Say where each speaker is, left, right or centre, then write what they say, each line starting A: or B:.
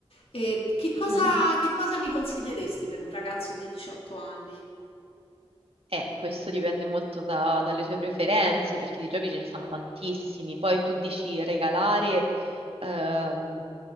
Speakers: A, on the left; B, on the right.
A: e che cosa,
B: Mhm.
A: che cosa mi consiglieresti per un ragazzo di 18 anni?
B: Eh, questo dipende molto da- dalle tue preferenze, perché di giochi ce ne sono tantissimi. Poi tu dici regalare ehm,